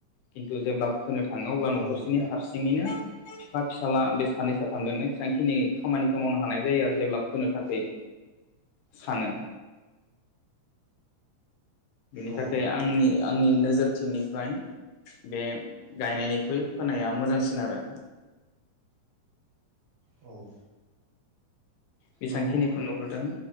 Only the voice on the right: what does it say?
नंगौ
औ
औ।
नंगौ